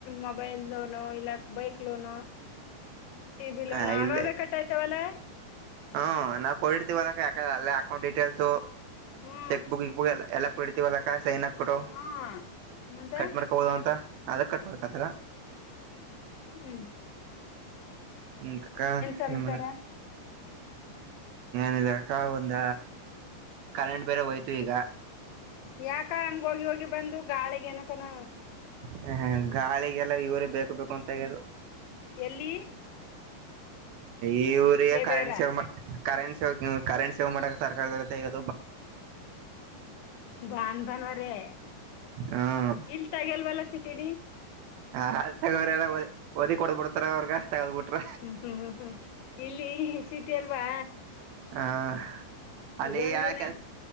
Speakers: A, on the left; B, on the right.
A: ಮೊಬೈಲ್ ಇಲ್ಲ ಬೈಕ್ ಲೋನು ಟಿಬಿ ಲೋನ್
B: ಹ
A: ಅವ
B: ಇಲ್ಲೇ
A: ಬ ಕಟ್ಟಾಯತವಲ್ಲ
B: ಹ್ಮ ನಾವವು ಕೊಡಿರ್ತೀವಲ್ಲ ಯಾಕಲ್ಲ ಅಕೌಂಟ್ ಡೀಟೇಲ್ಸ್
A: ಹ್ಞೂ
B: ಚೆಕ್ ಬುಕ್ ಇಕ್ ಬುಕ್ ಎಲ್ಲ ಎಲ್ಲ ಕುಡಿತವಲ್ಲ ಕಾಯ ಸೈನಕ್ಬಿಟ್ಟು
A: ಹಾಂ ಮತ್ತೆ
B: ಕಟ್ ಮಾಡ್ಕೊಬಹದು ಅಂತ ಅದಕ್ ಕಟ್ ಮಾಡ್ಕತಲ್ಲ
A: ಹ್ಮ್ ಹ್ಮ್
B: ಹಕ್ಕ
A: ಸಮಾಚಾರ
B: ಮಲೆ ನಲೆ ಅಕ್ಕಾ ಒಂದ ಕನ್ನೆಟ ಬೇರೆ ಹೋಯ್ತು ಈಗ
A: ಯಾಕ ಹಂಗ ಹೋಗಿ ಹೋಗಿ ಬಂದು ಗಾಳಿಗ ಏನಕನ
B: ಹ ಹ ಗಾಳಿಗೆಲ್ಲ ಇವರೇ ಬೇಕು ಬೇಕು ಅಂತ ತಗ್ಯದು
A: ಎಲ್ಲಿ
B: ಈ ಊರಿಗೆ
A: ಎಬೇರ
B: ಕರೆಂಟ್ ಸೇವ್ ಮಾಡ ಕರೆಟ್ ಸ ಕರೆಂಟ್ ಸೇವ್ ಮಾಡಕ ಸರ್ಕಾರದತೆಗ
A: ಬನ್ ಬನ್ವರೇ
B: ಹ್ಮ
A: ಇಲ್ ತಗಲ್ವಲ್ಲ ಸಿಟಿ
B: ಹ ತಗೋ್ರ ಎಲ್ಲ ವದಿ ಕೊಡ್ಬಿಡ್ತಾರ ಅವ್ರಗ ತಗದ್ ಬಿಟ್ರ
A: ಹ್ಮ್ ಹ್ಮ್ ಹ್ಮ್ ಹ್ಮ್ ಇಲ್ಲಿ ಸಿಟಿ ಅಲ್ವಾ
B: ಹ ಅಲ್ಲಿ
A: ಇದೊಂದಿನ
B: ಯಾವ ಕೆಲ್